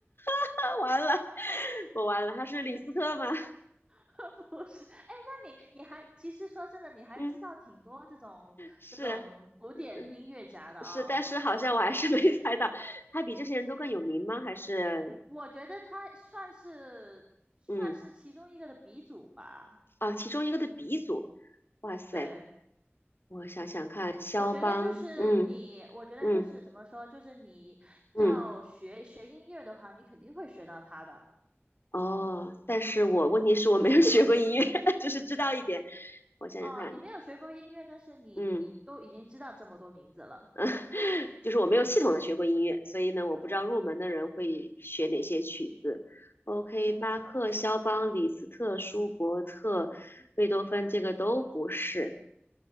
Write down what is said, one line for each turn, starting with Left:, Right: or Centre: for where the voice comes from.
Left: <laughs> 完了，我完了，他是李斯特吗？
Right: <laughs> 不是。哎，那你你还其实说真的，你还知道挺多这种这种古典音乐家的啊。
Left: 嗯，是。嗯。是，但是好像我还是 <laughs> 没猜到，他比这些人都更有名吗？还是
Right: 我觉得他算是算是其中一个的鼻祖吧。
Left: 嗯啊，其中一个的鼻祖，哇塞，
Right: 对，
Left: 我想想看，肖邦，
Right: 我觉得就是你，
Left: 嗯
Right: 我觉得就是怎么说，
Left: 嗯
Right: 就是你要学学音乐的话，
Left: 嗯，
Right: 你肯定会学到它的。
Left: 哦，但是我问题是我没有学过音乐，<laughs> 就是知道一点，我想想看，
Right: 哦，你没有学过音乐，但是你已都已经知道这么多名字了。
Left: 嗯嗯，<laughs> 就是我没有系统的学过音乐，所以呢，我不知道入门的人会学哪些曲子。OK，
Right: 嗯，
Left: 巴赫、肖邦、李斯特、舒伯特、贝多芬，这个都不是。